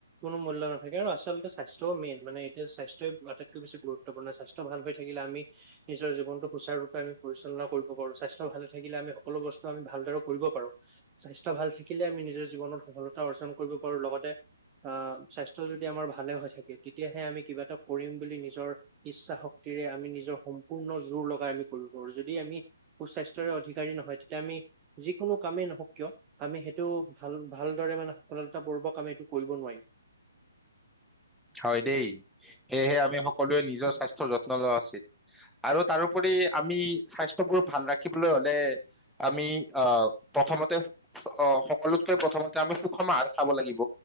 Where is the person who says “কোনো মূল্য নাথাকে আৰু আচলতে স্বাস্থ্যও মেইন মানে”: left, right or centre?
Right